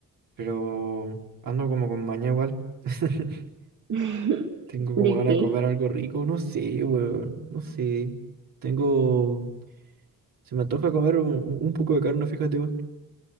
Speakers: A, on the right (about 75°); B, on the right (about 60°).
A: Pero ando como con maña igual. <laughs>
B: <laughs>
A: Tengo como
B: ¿De
A: ganas
B: qué?
A: de comer algo rico, no sé, weón, no sé. Tengo, se me antoja comer un, un poco de carne, fíjate, weón.